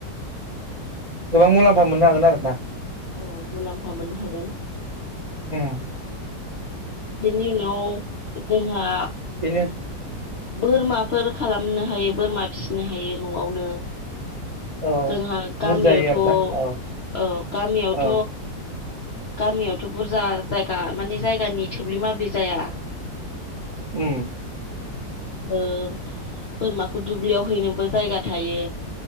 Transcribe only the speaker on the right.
गोबां मुलाम्फा मोननो हागोन आरो ना
उम
बिनो
औ
बुरजायै आरोना औ औ
उम